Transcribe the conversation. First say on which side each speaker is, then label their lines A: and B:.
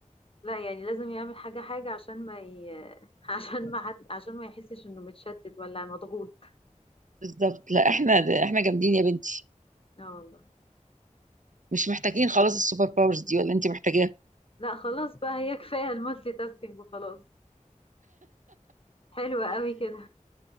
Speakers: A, on the left; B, on the right.
A: لا يعني لازم يعمل حاجة حاجة عشان ما ي... <laughs> عشان ما حد عشان ما يحسش إنه متشتت ولا مضغوط
B: بالظبط لا احنا ده احنا جامدين يا بنتي
A: اه والله
B: مش محتاجين خلاص السوبر باورز دي ولا انت محتاجاها
A: لا خلاص بقى هي كفاية المالتي تاسكينج وخلاص حلوة قوي كده